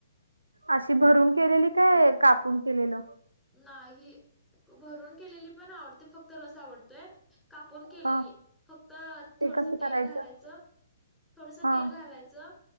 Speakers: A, on the right (about 80°); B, in the centre.
A: अशी भरून केलेली काय कापून केलेलं.
B: नाही भरून केलेली पण आवडते फक्त रस आवडतोय. कापून केलेली
A: हा
B: फक्त
A: ते
B: थोडस
A: कसं
B: तेल
A: करायचं
B: घालायचं. थोडस
A: हा
B: तेल घालायचं.